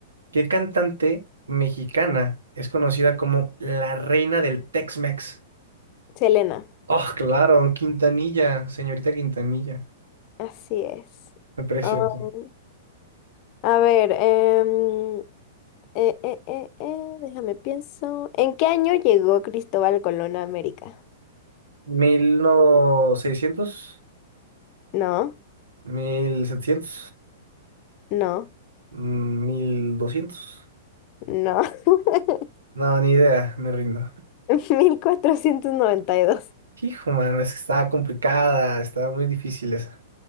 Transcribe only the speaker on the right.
¿qué cantante mexicana es conocida como la reina del Tex-Mex?
Oh, claro, Quintanilla, señorita Quintanilla.
Qué Preciosa.
¿Mil 1700,
¿Mil setecientos?
mm, ¿mil doscientos?
No, ni idea, me rindo.
Hijo, mano, es que estaba complicada, estaba muy difícil esa.